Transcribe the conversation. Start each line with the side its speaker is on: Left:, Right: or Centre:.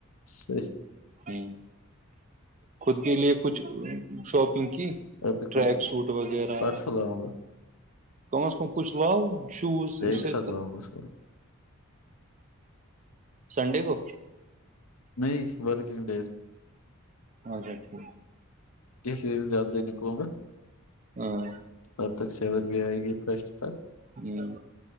Left: ای <inaudible>
Right: ہ خود کے لیے کچھ شاپنگ کی
Left: ابھی کوئی
Right: ٹریک سوٹ وغیرہ
Left: پرسوں لاؤں
Right: کم از کم کچھ لاؤ شوز
Left: گا ایک
Right: اسے
Left: ساتھ لاؤں گا سارا
Right: سنڈے کو
Left: نہیں ورکنگ ڈیز
Right: اچھا ٹھیک ہے
Left: جیس زیااندہ نہیںکوںں گا <inaudible>
Right: ہاں
Left: تب تک سیون بھی آئے گی فرسٹ تک
Right: ہی <inaudible>